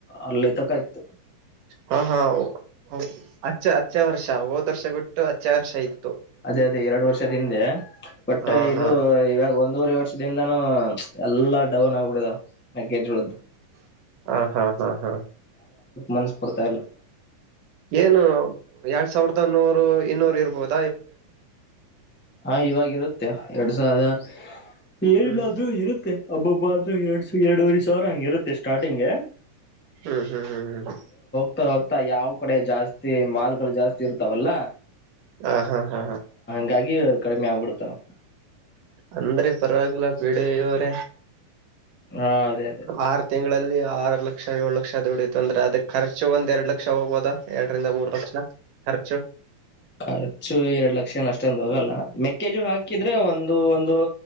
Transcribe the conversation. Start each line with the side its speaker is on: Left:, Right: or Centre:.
Centre: ಅಲ್ಲಿ ತಕಾಯ್ತು
Right: ಹ <inaudible> ಹದು ಹಚ್ಚ ಹಚ್ಚೆ ವರ್ಷ ಹೋದ್ ವರ್ಷ ಬಿಟ್ಟು ಹಚ್ಚೆ ವರ್ಷ ಐತಿ
Centre: ಅದೇ ಅದೇ ಎರಡು ವರ್ಷದ ಹಿಂದೆ ಬಟ್
Right: ಹಾ
Centre: ಇದು
Right: ಹಾ
Centre: ಇವಾಗ ಒಂದೂರೆ ವರ್ಷದಿಂದಾನು ಎಲ್ಲಾ ಡೌನ್ ಆಗ್ಬಿಡಿದಾವ ಮಕಳ್ದು
Right: ಹ ಹಾ ಹಾ ಹಾ
Centre: ಮನಸ್ಪಡ್ತಾ ಇಲ್ಲ
Right: ಏನು ಎರಡ್ ಸಾವಿರದ ನೂರು ಇನ್ನೂರು ಇರ್ಬೋದು
Centre: ಹಾ ಇವಾಗ ಇರುತ್ತೆ ಎರಡ್ ಸಾವಿರದ ಏರಿಲ್ಲಾದ್ರೂ
Right: ಹ್ಮ್
Centre: ಇರುತ್ತೆ ಹಬ್ಬಬ್ಬ ಆದ್ರೂ ಎರಡ್ ಸ ಎರಡೂುವರೆ ಸಾವಿರ ಹಂಗ ಇರುತ್ತೆ ಸ್ಟಾರ್ಟಿಂಗ್ಗೆ
Right: ಹ್ಮ್ ಹ್ಮ್ ಹ್ಮ್ ಹ್ಮ್
Centre: ಹೋಗ್ತಾ ಹೋಗ್ತಾ ಯಾವ ಕಡೆ ಜಾಸ್ತಿ ಮಾಲ್ಗಳು ಜಾಸ್ತಿ ಇರ್ತಾವಲ್ಲ
Right: ಹಾ ಹಾ ಹಾ
Centre: ಹಾಗಿ ಕಡಿಮೆ ಆಗ್ಬಿಡ್ತಾವ
Right: ಅಂದ್ರೆ ಪರವಾಗಿಲ್ಲ ಬಿಡ ಇವ್ರ
Centre: ಹಾ ಅದೇ ಅದೇ
Right: ಆರು ತಿಂಗಳಲ್ಲಿ ಆರು ಲಕ್ಷ ಏಳು ಲಕ್ಷ ದುಡತ್ ಅಂದ್ರೆ ಅದಕ್ ಖರ್ಚು ಒಂದ್ ಎರಡು ಲಕ್ಷ ಹೋಗಬೋದಾ ಎರಡರಿಂದ ಮೂರ್ ಲಕ್ಷ ಖರ್ಚು
Centre: ಖರ್ಚು ಎರಡ್ ಲಕ್ಷ ಏನ ಅಷ್ಟೊಂದು ಹೋಗಲ್ಲ ಮೆ ಮೆಕ್ಕೆಜೋಳ ಹಾಕಿದ್ರೆ ಒಂದು ಒಂದು